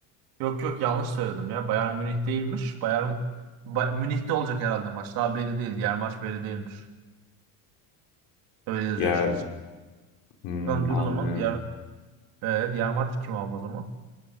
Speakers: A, on the right; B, on the left.
A: Yok yok yanlış söyledim ya. Bayern Münih değilmiş. Bayern Ba- Münih'te olacak herhalde maç. Daha belli değil. Diğer maç belli değilmiş. Öyle yazıyor
B: Yer
A: şey için.
B: hmm,
A: Tamam dur
B: anlıyorum.
A: o zaman. Diğer, e, diğer maç kim abi o zaman?